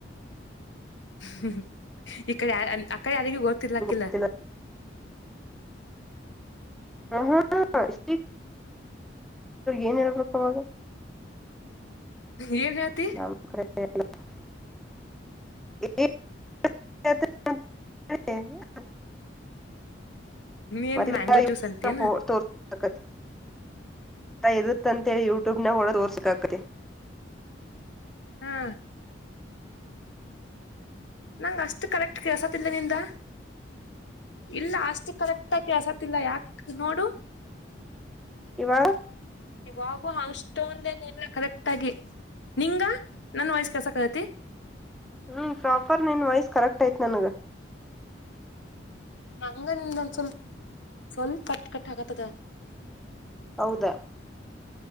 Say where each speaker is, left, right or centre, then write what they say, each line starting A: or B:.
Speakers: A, on the left; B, in the centre.
A: ಹ್ಮ ಈ ಕಡೆ ಯ ಆ ಕಡೆ ಯಾರಿಗೂ ಗೊತ್ತಿಲ್ಲಾಕಿಲ್ಲ
B: ಗೊತ್ತಿಲ್ಲ ಹ ಹಾ ಶ ಏನ್ ಹೇಳ್ಬೇಕ ಅವಾಗ
A: ಏನ್ ಹತಿ
B: ನಮ್ <inaudible>
A: ಏನ್
B: ಮತ್ತ
A: ಮ್ಯಾಂಗೋ ಜ್ಯೂಸ್ ಅಂತೇನ್
B: ತೋ ಆತ ಇರುತ್ತಂತೇಳಿ ಯೂಟ್ಯೂಬ್ನ ಹೊಡದು ತೋರ್ಸಕ್ ಆಗ್ಕತಿ
A: ಹಾ ನಂಗ ಅಷ್ಟು ಕರೆಕ್ಟ್ ಕೆಸತಿಲ್ಲ ನಿಂದ ಇಲ್ಲಷ್ಟ ಕರೆಕ್ಟ್ ಆಾಗಿ ಕೆಳ್ಸತಿಲ್ಲ ಯಾಕ ನೋಡು
B: ಇವಾ
A: ಇವಾಗೂ ಅಷ್ಟೊಂದೇನ ಇಲ್ಲ ಕರೆಕ್ಟ್ ಆಗಿ ನಿಂಗ ನನ್ ವಯಸ್ಸ ಕೆಲ್ಸಕ್ಕ ಆಗತಿ
B: ಹ್ಞೂ ಪ್ರಾಪರ್ ನಿನ್ನ ವಾಯ್ಸ್ ಕರೆಕ್ಟ್ ಆಯ್ತು ನನಗೆ
A: ಹಂಗ ನಿಂದೊಂದ ಸ್ವಲ್ಪ ಸ್ವಲ್ಪ ಕಟ್ ಕಟ್ ಆಕತ್ತದ
B: ಹೌದಾ